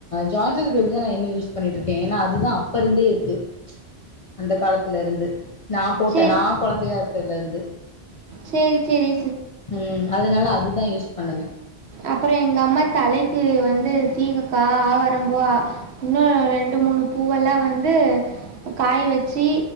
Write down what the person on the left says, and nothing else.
ஜான்சன் பேபி தா நா இனும் யூஸ் பண்ணிடு இர்க்கே ஏனா அதுதா அப்ப இருந்தே இருக்கு அந்த காலதுல இருந்து நா போட்ட
நா கொலந்தையா லந்து
உஹம் அதனால அது தா யூஸ் பணுவே